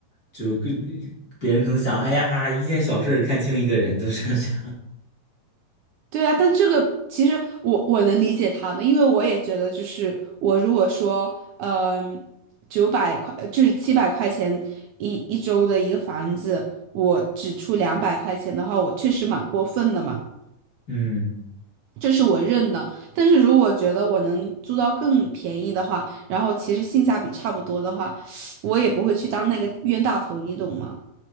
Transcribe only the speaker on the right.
对啊，但这个其实我我能理解他的，因为我也觉得就是我如果说，嗯、九百块就是七百块钱一一周的一个房子，我只出两百块钱的话，我确实蛮过分的嘛。
这是我认的。但是如果觉得我能租到更便宜的话，然后其实性价比差不多的话，我也不会去当那个冤大头，你懂吗？